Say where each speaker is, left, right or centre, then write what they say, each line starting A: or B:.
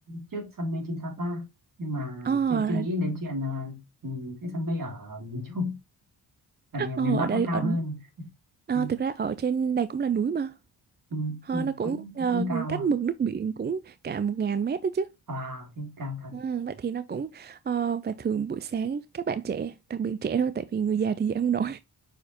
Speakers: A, on the right; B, on the right.
A: trước săn mây trên Sapa nhưng mà
B: Ờ,
A: chưa chưa nghĩ đến chuyện là ừ, cái săn mây ở miền Trung tại vì miền
B: ờ,
A: Bắc
B: ở đây
A: nó cao
B: ở
A: hơn
B: ờ,
A: Ừ,
B: thực ra ở trên này cũng là núi mà
A: ừ,
B: Ờ,
A: ừ,
B: nó cũng
A: cũng
B: ờ,
A: cũng cao
B: cách mực
A: ạ
B: nước biển cũng cả một ngàn mét đó chứ.
A: wow cái cao thật
B: Ừ, vậy thì nó cũng ờ, và thường buổi sáng các bạn trẻ, đặc biệt trẻ thôi tại vì người già thì dậy không nổi,